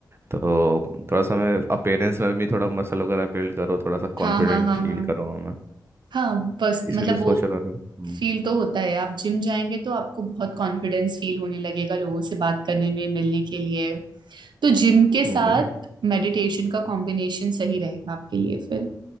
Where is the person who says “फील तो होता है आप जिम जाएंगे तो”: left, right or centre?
Right